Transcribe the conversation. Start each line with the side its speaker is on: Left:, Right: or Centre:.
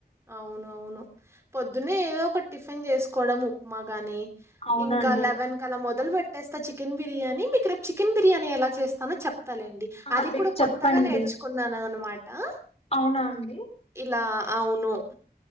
Right: అవును అవును పొద్దున్నె ఏదో ఒక <inaudible> టిఫిన్ చేసుకోవడం ఉప్మా గాని
Left: అవునండి
Right: ఇంకా లెవెన్ కలా మొదలు పెట్ ట్టేస్తా చికెన్ బిర్యానీ మీకు రేపు చికెన్ బిర్యానీ ఎలా చేస్తానో చప్ తా లేండి
Left: ఆ
Right: అది
Left: రేపు
Right: కూడా
Left: చెప్పండి
Right: కొత్తగా నేర్చుకున్నాను అనమా టా
Left: అవునా అండి
Right: ఇలా అవును